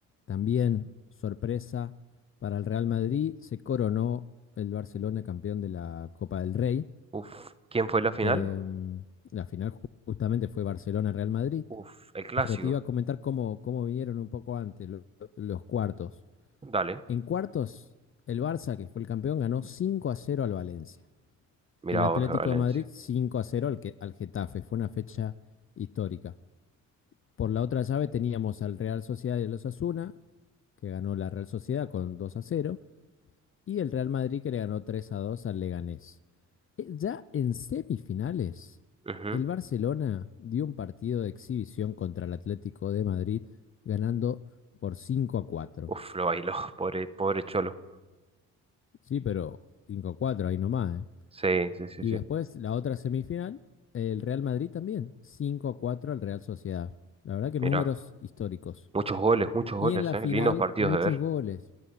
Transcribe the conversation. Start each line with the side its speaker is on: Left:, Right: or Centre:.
Left: también sorpresa para el Real Madrid, se coronó el Barcelona campeón de la Copa del Rey.
Right: Uf, ¿quién fue la final?
Left: eh, la final ju- justamente fue Barcelona-Real Madrid.
Right: Uf, el clásico.
Left: Pero te iba a comentar cómo, cómo vinieron un poco antes lo- los cuartos.
Right: Dale,
Left: En cuartos, el Barça, que fue el campeón, ganó 5 a cero al Valencia.
Right: mirá
Left: El Atlético
Right: vos, de Valencia.
Left: de Madrid 5 a cero al, que- al Getafe. Fue una fecha histórica. Por la otra llave teníamos al Real Sociedad y el Osasuna, que ganó la Real Sociedad con 2 a cero. Y el Real Madrid que le ganó 3 a 2 al Leganés. Eh, Ya en semifinales,
Right: Ujú.
Left: el Barcelona dio un partido de exhibición contra el Atlético de Madrid, ganando por 5 a 4.
Right: Uf, lo bailó, <laughs> pobre, pobre Cholo.
Left: Sí, pero 5 a 4 ahí nomás, ¿eh?
Right: Sí, sí, sí,
Left: Y
Right: sí.
Left: después la otra semifinal, el Real Madrid también, 5 a 4 al Real Sociedad. La verdad que
Right: Mirá,
Left: números históricos.
Right: muchos goles, muchos goles,
Left: Y en la
Right: eh.
Left: final,
Right: Lindos partidos
Left: muchos
Right: de ver.
Left: goles